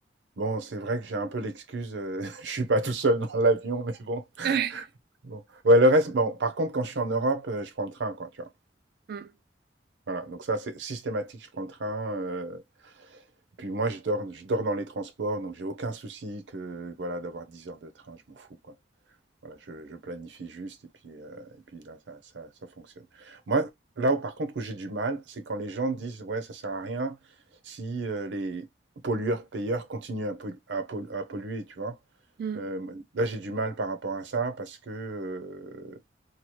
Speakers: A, on the right; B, on the right.
A: bon, c'est vrai que j'ai un peu l'excuse, euh, <laughs> je suis pas tout seul dans l'avion, mais bon.
B: <laughs>
A: Bon. Ouais, le reste, bon, par contre, quand je suis en Europe, euh, je prends le train, quoi, tu vois.
B: Mm,
A: Voilà, donc ça, c'est systématique, je prends le train. euh, et puis moi, je dors, je dors dans les transports, donc j'ai aucun souci que, voilà, d'avoir 10 heures de train, je m'en fous, quoi. Voilà, je, je planifie juste, et puis, euh, et puis là, ça, ça, ça fonctionne. Moi, là où, par contre, où j'ai du mal, c'est quand les gens disent, ouais, ça sert à rien si euh, les pollueurs-payeurs continuent à, pollu- à pol- à polluer, tu vois.
B: mm,
A: Euh, là, j'ai du mal par rapport à ça, parce que euh,